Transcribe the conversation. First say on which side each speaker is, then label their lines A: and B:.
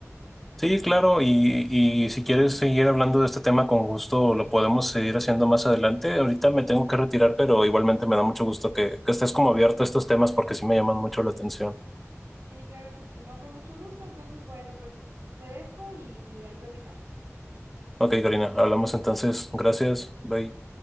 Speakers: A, in the centre; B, on the right.
A: Sí, claro, y, y si quieres seguir hablando de este tema con gusto, lo podemos seguir haciendo más adelante. Ahorita me tengo que retirar, pero igualmente me da mucho gusto que, que estés como abierto a estos temas porque sí me llaman mucho la atención.
B: Sí, claro que sí, no, con mucho gusto. Entonces, bueno, pues te dejo y, y ahí platicamos.
A: Ok, Karina, hablamos entonces. Gracias, bye.